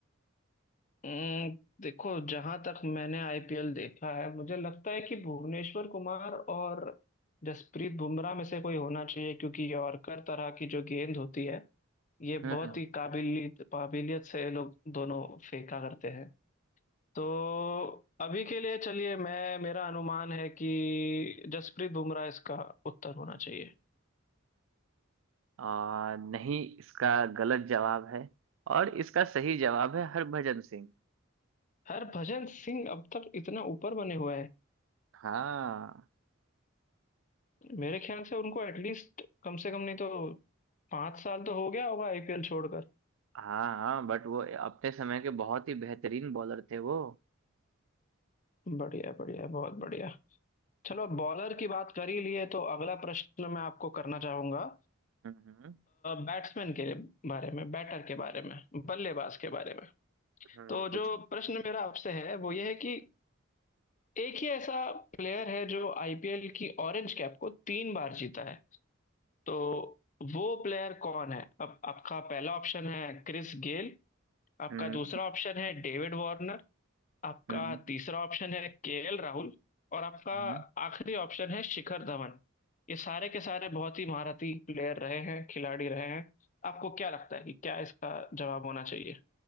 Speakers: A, on the left; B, on the right.
A: उम्म, देखो जहां तक मैंने आईपीएल देखा है मुझे लगता है कि भुवनेश्वर कुमार और जसप्रीत बुमराह में से कोई होना चाहिए क्योंकि यॉर्कर तरह की जो गेंद होती है ये
B: हम्म
A: बहुत ही काबिलियत काबिलियत से ये लोग दोनों फेंका करते हैं तो अभी के लिए चलिए मैं मेरा अनुमान है कि जसप्रीत बुमराह इसका उत्तर होना चाहिए
B: और नहीं इसका गलत जवाब है और इसका सही जवाब है हरभजन सिंह
A: हरभजन सिंह अब तक इतना ऊपर बने हुए हैं
B: हाँ
A: मेरे ख्याल से उनको एटलीस्ट कम से कम नहीं तो पांच साल तो हो गया होगा आईपीएल छोड़कर
B: हाँ हाँ बट वो अपने समय के बहुत ही बेहतरीन बॉलर थे वो
A: बढ़िया बढ़िया बहुत बढ़िया चलो बॉलर की बात कर ही लिए तो अगला प्रश्न मैं आपको करना चाहूंगा
B: हम्म हम्म
A: बैट्समैन के बारे में बैटर के बारे में बल्लेबाज के बारे में
B: हम्म,
A: तो जो
B: पूछो
A: प्रश्न मेरा आपसे है वो ये है कि एक ही ऐसा प्लेयर है जो आईपीएल की ऑरेंज कैप को तीन बार जीता है तो वो प्लेयर कौन है अब आपका पहला ऑप्शन है क्रिस गेल आपका
B: हम्म
A: दूसरा ऑप्शन है डेविड वार्नर आपका
B: हम्म
A: तीसरा ऑप्शन है केएल राहुल और आपका
B: हम्म।
A: आखिरी ऑप्शन है शिखर धवन ये सारे के सारे बहुत ही महारथी प्लेयर रहे हैं खिलाड़ी रहे हैं आपको क्या लगता है कि क्या इसका जवाब होना चाहिए